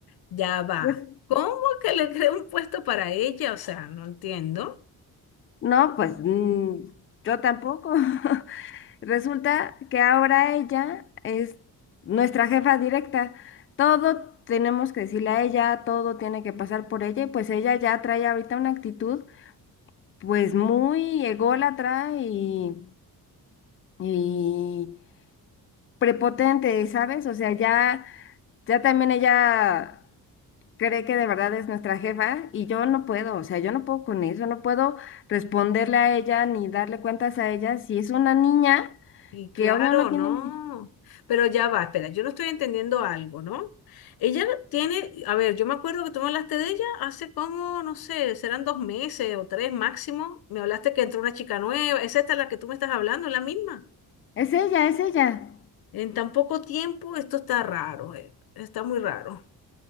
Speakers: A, on the left; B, on the left.
A: Ya va.
B: pues,
A: ¿Cómo que le <laughs> creó un puesto para ella? O sea, no entiendo.
B: no, pues mm, yo tampoco. <laughs> Resulta que ahora ella es nuestra jefa directa. Todo tenemos que decirle a ella, todo tiene que pasar por ella, y pues ella ya trae ahorita una actitud pues muy ególatra y, y prepotente, ¿sabes? O sea, ya, ya también ella cree que de verdad es nuestra jefa y yo no puedo, o sea, yo no puedo con eso, no puedo responderle a ella ni darle cuentas a ella si es una niña
A: Y claro,
B: que obvio no tiene...
A: no.
B: ni-
A: Pero ya va, espera, yo no estoy entendiendo algo, ¿no? Ella tiene, a ver, yo me acuerdo que tú me hablaste de ella hace como, no sé, serán dos meses o tres máximo. Me hablaste que entró una chica nueva. ¿Es esta la que tú me estás hablando? ¿Es la misma?
B: Es ella, es ella,
A: En tan poco tiempo, esto está raro, eh, Está muy raro.